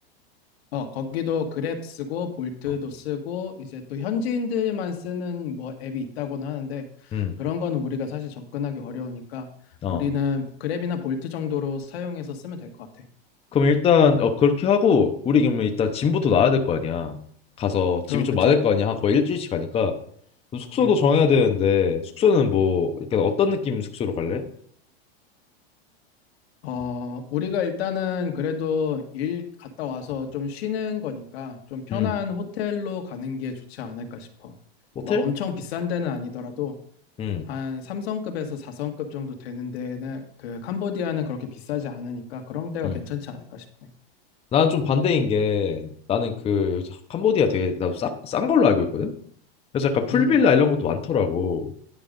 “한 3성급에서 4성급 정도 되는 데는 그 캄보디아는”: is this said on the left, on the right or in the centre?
Left